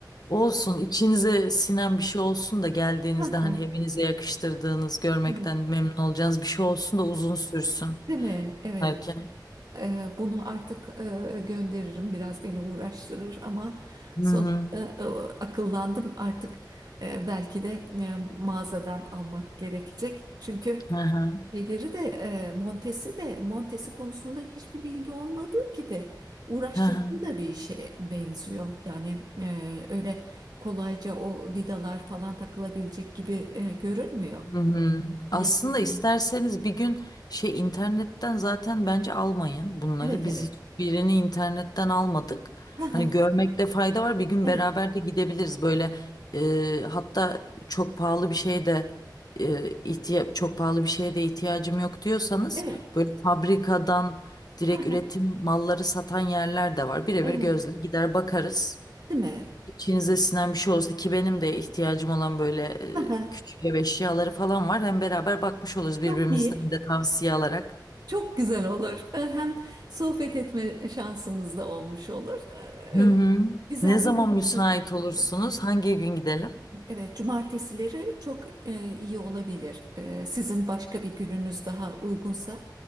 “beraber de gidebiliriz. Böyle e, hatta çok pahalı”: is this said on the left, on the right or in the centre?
Left